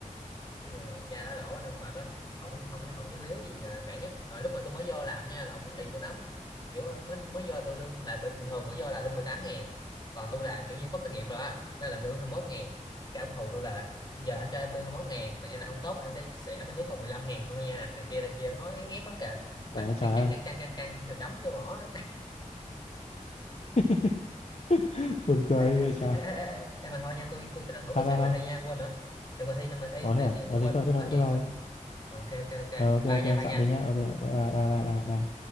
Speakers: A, on the left; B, on the left.
A: nhưng mà cha đó nổ quá nên mệt á không không không dính líu gì là khỏe nhất rồi lúc mà tôi mới vô làm nha là ổng đi tôi lắm kiểu mới mới vô là tôi lương là bình, bình thường mới vô là lương mười tám ngàn còn tôi là kiểu như có kinh nghiệm rồi á nên là lương hai mươi mốt ngàn cái ổng hù tôi là giờ anh cho em lương 21 ngàn mà em là không tốt anh sẽ sẽ mới xuống còn 15 ngàn thôi nha này kia này kia ổng nói ghét lắm kìa mà
B: trời ơi trời
A: căng căng
B: ơi
A: căng căng căng căng thèm đấm vô mỏ <laughs>
B: <laughs> buồn cười
A: ê, ê, ê,
B: vậy trời
A: ê, ê, ê, em mà thôi nha tôi tôi tranh thủ
B: sao
A: tôi soạn
B: sao sao
A: bài thi nha quên nữa soạn bài thi soạn bài thi
B: ủa thế
A: nãy
B: à
A: tôi
B: ờ
A: tôi quên
B: thế thôi thế thôi
A: nói chuyện
B: thế thôi
A: xong Rồi, ok ok ok
B: ờ, ok
A: bye
B: ok
A: nha
B: ông
A: bye
B: soạn
A: nha
B: đi nhá ok bye bye bye bye bye bye